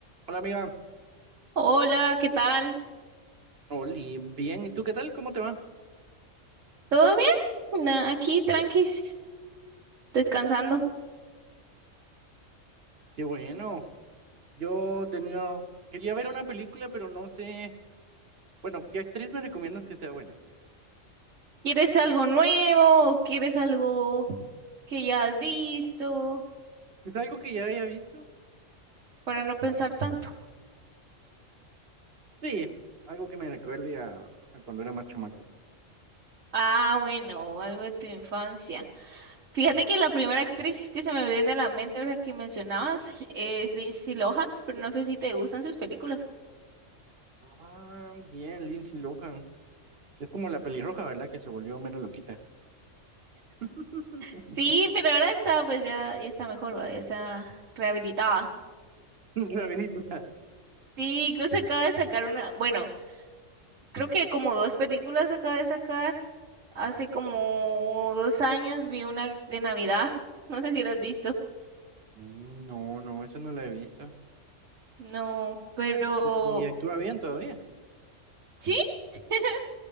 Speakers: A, on the right; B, on the right.
A: Hola amiga,
B: Hola, ¿qué tal?
A: Oli, bien, ¿y tú qué tal? ¿Cómo te va?
B: ¿Todo bien? Na- Aquí tranquis, descansando.
A: Qué bueno, yo tenía, quería ver una película, pero no sé, bueno, ¿qué actriz me recomiendas que sea buena?
B: ¿Quieres algo nuevo o quieres algo que ya has visto
A: ¿Es algo que ya haya visto?
B: para no pensar tanto?
A: Sí, algo que me recuerde a, a cuando era más chamaco.
B: Ah, bueno, o algo de tu infancia. Fíjate que la primera actriz que se me viene a la mente ahora que mencionabas es Lindsay Lohan, pero no sé si te gustan sus películas.
A: Ah, bien, Lindsay Lohan, es como la pelirroja, ¿verdad? Que se volvió menos loquita. <laughs>
B: Sí, pero ahora está, pues ya, ya está mejor, ¿va? Ya está rehabilitada.
A: Rabinito.
B: Sí, incluso acaba de sacar una, bueno. Creo que como dos películas acaba de sacar. Hace como dos años vi una de Navidad. <laughs> No sé si la has visto.
A: Mm, No, no, esa no la he visto.
B: No, pero
A: ¿Y y actúa bien todavía?
B: sí, <laughs>